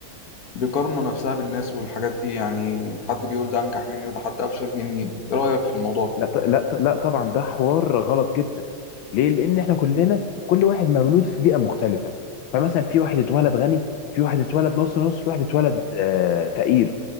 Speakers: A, on the left; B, on the left.
A: بيقارنوا نفسها بالناس والحاجات دي يعني حد بيقول ده انجح مني وده حد افشل مني ايه رأيك في الموضوع ده
B: لا ط- لا ط- لا طبعا ده حوار غلط جدا ليه لان احنا كلنا كل واحد مولود في بيئه مختلفه فمثلا في واحد اتولد غني في واحد اتولد نص نص في واحد اتولد آه، فقير